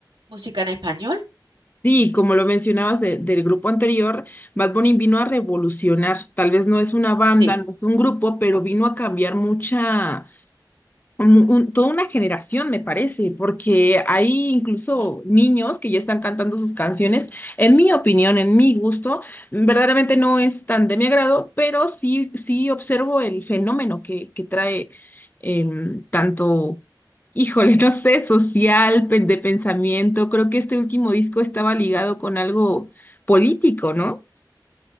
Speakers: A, on the right (about 80°); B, on the left (about 25°).
A: música en español.
B: Sí, como lo mencionabas de- del grupo anterior, Bad Bunny vino a revolucionar. Tal vez no es una banda,
A: Sí,
B: no es un grupo, pero vino a cambiar mucha un- un- toda una generación, me parece, porque hay incluso
A: ujú,
B: niños que ya están cantando sus canciones. En mi opinión, en mi gusto, verdaderamente no es tan de mi agrado, pero sí, sí observo el fenómeno que, que trae em, tanto, híjole, <laughs> no sé, social, pe- de pensamiento. Creo que este último disco estaba ligado con algo político, ¿no?